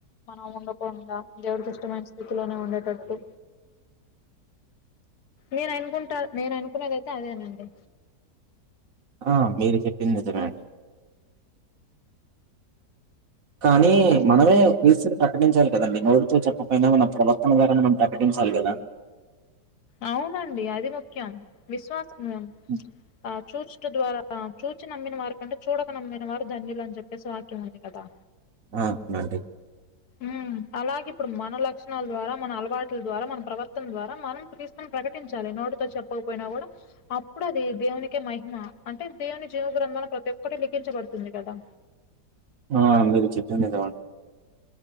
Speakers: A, on the left; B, on the right.
A: మనం ఉండకుండా దేవుడికి ఇష్టమైన స్థితిలోనే ఉండేటట్టు నేను అనుకుంటా నేను అనుకునేదయితే అదేనండి
B: ఆ మీరు చెప్పింది నిజమేండి కానీ
A: అసలు
B: మనమే పస్లు ప్రకటించాలి కదండి నోడుతో చెప్పపోయినా మన ప్రవర్తన ద్వారా మనం ప్రకటించాలి కదా
A: అవునండి అది ముఖ్యం విశ్వాస ఉ
B: ఉమ్.
A: ఆ చూచుట ద్వారా చూచి నమ్మిన వారి కంటే చూడక నమ్మిన వారు ధన్యులు అని చెప్పేసి వాక్యం ఉంది కదా
B: ఆ అండి
A: ఉ అలాగే ఇప్పుడు మన లక్షణాల ద్వారా మన అలవాట్ల ద్వారా మనం ప్రవర్తన ద్వారా మనం క్రీస్తును ప్రకటించాలి నోటి చెప్పకపోయినా కూడా అప్పుడు అది దేవునికి మహిమ అంటే దేవుని జీవగ్రంథంలో ప్రత్యే ఒక్కటి లిఖించబడుతుంది కదా
B: ఆ మీరు చెప్పింది నిజమండీ